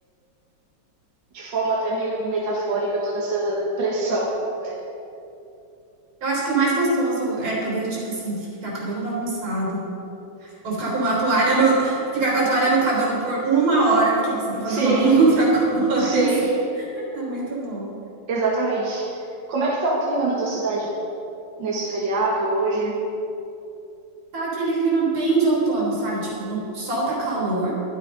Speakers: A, on the right (about 60°); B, on the right (about 85°).
A: de forma até meio metafórica, toda essa pressão, né?
B: Eu acho que o mais gostoso é poder, tipo assim, ficar com o cabelo bagunçado. Ou ficar com a toalha no, ficar com a toalha no cabelo por uma hora, porque você tá fazendo
A: Sim,
B: alguma <laughs> outra coisa.
A: sim,
B: É muito bom.
A: exatamente. Como é que tá o clima na tua cidade? Nesse feriado, hoje?
B: Tá aquele clima bem de outono, sabe? Tipo, no sol tá calor,